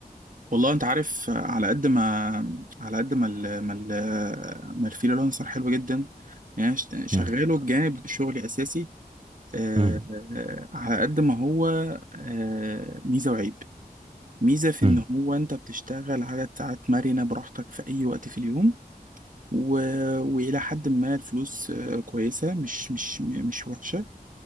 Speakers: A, on the right (about 60°); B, on the right (about 40°).
A: والله انت عارف على قد ما على قد ما ال... ما ال... ما الفريلانسر حلو جدا يعني أنا ش- شغاله
B: مم.
A: بجانب شغلي اساسي آه...
B: مم.
A: آه، على قد ما هو آه... ميزه وعيب ميزه في
B: مم.
A: ان هو انت بتشتغل عدد ساعات مرنه براحتك في اي وقت في اليوم و... والى حد ما الفلوس آه، كويسه مش مش مش وحشه